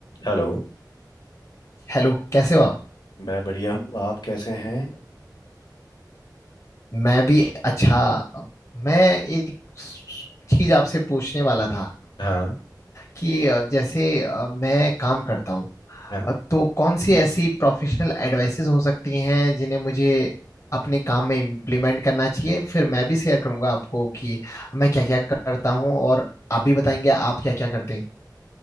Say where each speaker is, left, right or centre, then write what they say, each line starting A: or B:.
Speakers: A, on the left; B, on the left.
A: Hello
B: Hello कैसे हो आप
A: मैं बढ़िया हूँ आप कैसे हैं
B: मैं भी अच्छा मैं एक चीज आपसे पूछने वाला था
A: हाँ
B: कि अ, जैसे अ, मैं काम करता हूँ
A: हाँ
B: अ, तो कौन सी ऐसी प्रोफेशनल एडवाइसेस हो सकती हैं जिन्हें मुझे अपने काम में इम्प्लीमेंट करना चाहिए फिर मैं भी शेयर करूंगा आपको कि मैं क्या क्या करता हूँ और आप भी बताएंगे आप क्या क्या करते हैं